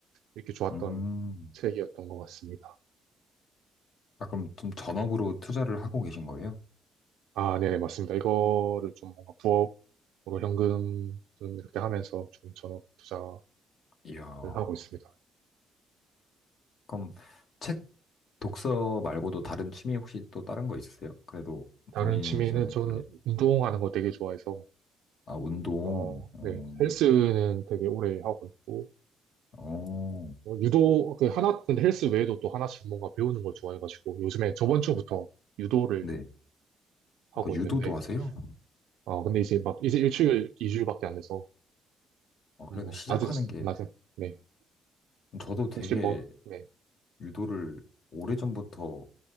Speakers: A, on the right (about 90°); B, on the left (about 60°).
A: 이렇게 좋았던
B: 음,
A: 책이었던 것 같습니다.
B: 아, 그럼 좀 전업으로 투자를 하고 계신 거예요?
A: 아, 네네, 맞습니다. 이거를 좀 뭔가 부업으로 현금 좀 이렇게 하면서 좀 전업 투자를
B: 이야, 어,
A: 하고 있습니다.
B: 그럼 책 독서 말고도 다른 취미 혹시 또 다른 거 있으세요? 그래도
A: 다른
B: 본인이
A: 취미는
B: 좀
A: 저는
B: 되게,
A: 운동하는 거 되게 좋아해서,
B: 아, 운동,
A: 어, 네,
B: 음,
A: 헬스는 되게 오래 하고 있고,
B: 어,
A: 어, 유도, 그 하나, 근데 헬스 외에도 또 하나씩 뭔가 배우는 걸 좋아해가지고, 요즘에 저번 주부터 유도를
B: 네.
A: 하고
B: 아, 유도도
A: 있는데,
B: 하세요?
A: 어, 근데 이제 막, 이제 일주일, 이주일밖에 안 돼서,
B: 어,
A: 뭐,
B: 그래도 시작하는
A: 낮은,
B: 게,
A: 낮은, 네.
B: 저도 되게
A: 혹시 뭐, 네.
B: 유도를 오래전부터